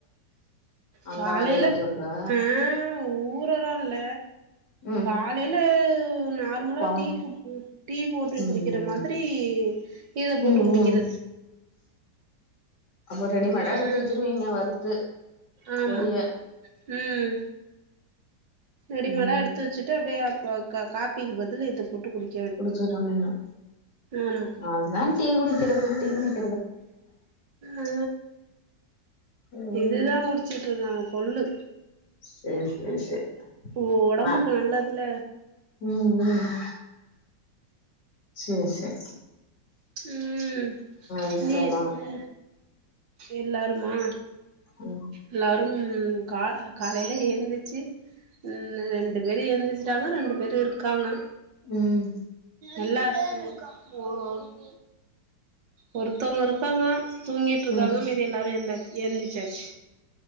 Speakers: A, on the left; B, on the right.
A: அந்த
B: காலையில
A: மாரி ஏதாச்சும் இருக்கா
B: ஆ ஊ த்ததான்ல
A: ம்
B: காலையில நா <unintelligible>
A: போவோ
B: டீக்கு டீ போட்டு
A: ம்
B: குடிக்கிற மாதிரி இத போட்டு
A: ம்
B: குடிக்கிற
A: ம் அப்போ ரெடிமேடா
B: ம்
A: எடுத்து வச்சிருவீங்க வறுத்து
B: ஆமா
A: பொடிய
B: ம் ரெடிமடா
A: ம்
B: எடுத்து வச்சுட்டு அத அப்போ கா காப்பிக்கு பதில் இத போட்டு குடிக்
A: குடிச்சிற வேண்டியதா
B: ஆமா
A: அதான் டீ குடிக்கறதுக்கு டீ குடி
B: ஆ
A: ம்
B: இதுதா முடி வச்சிட்டு் இருக்காங்க கொல்லு
A: சேர் சேர் சேர்
B: ஒடம்புக்கு
A: ஆ
B: நல்லதுல
A: ம் ம் சேர் சேர்
B: ம்
A: வீட்ல
B: நீ
A: எல்லா
B: உ எல்லாருமா
A: ம்
B: எல்லாரும் கா காலையில எந்துச்சி ம் ரெ ரெண்டு பேரு எழுந்திருச்சிட்டாங்க ரெண்டு பேரு இருக்காங்க
A: ம்
B: இல்ல ஒ ஒ ஒருத்தங்க இருக்காங்க தூங்கிட்டுருக்காங்க
A: ம்
B: மீது எல்லாரும் ஏந்தாச் எழுந்திருச்சாச்சு